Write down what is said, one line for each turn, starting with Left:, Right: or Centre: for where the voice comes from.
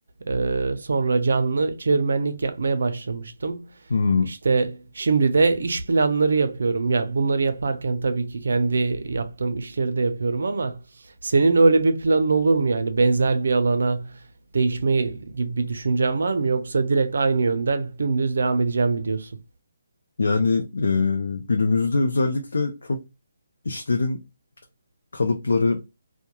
Right: Ee, sonra canlı çevirmenlik yapmaya başlamıştım.
Left: Hmm.
Right: İşte şimdi de iş planları yapıyorum. Ya bunları yaparken tabii ki kendi yaptığım işleri de yapıyorum ama senin öyle bir planın olur mu yani benzer bir alana değişme gibi bir düşüncen var mı yoksa direkt aynı yönden dümdüz devam edeceğim mi diyorsun?
Left: Yani e, günümüzde özellikle çok işlerin kalıpları